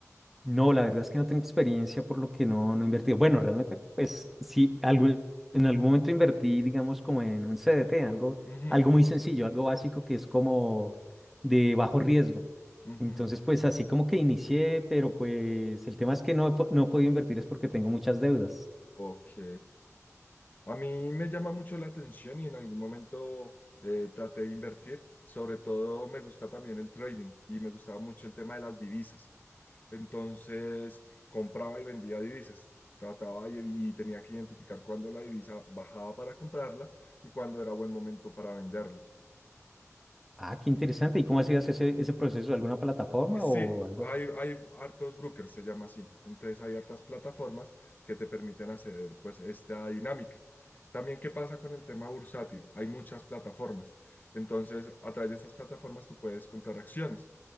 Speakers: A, in the centre; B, on the left.
A: no, la verdad es que no tengo experiencia por lo que no, no he invertido. Bueno, realmente, pues sí, algo, en algún momento invertí, digamos, como en un CDT, algo,
B: Ujú,
A: algo muy sencillo, algo básico que es como de bajo riesgo.
B: ujú.
A: Entonces, pues así como que inicié, pero pues el tema es que no, he po- no he podido invertir es porque tengo muchas deudas.
B: Ok. A mí me llama mucho la atención y en algún momento eh, traté de invertir. Sobre todo me gusta también el trading y me gustaba mucho el tema de las divisas. Entonces compraba y vendía divisas. Trataba y, y tenía que identificar cuándo la divisa bajaba para comprarla y cuándo era buen momento para venderla.
A: Ah, qué interesante. ¿Y cómo hacías ese, ese proceso? ¿Alguna plataforma
B: Sí,
A: o algo
B: hay,
A: así?
B: hay hartos brokers, se llama así. Entonces hay hartas plataformas que te permiten acceder pues esta dinámica. También, ¿qué pasa con el tema bursátil? Hay muchas plataformas. Entonces, a través de estas plataformas tú puedes comprar acciones.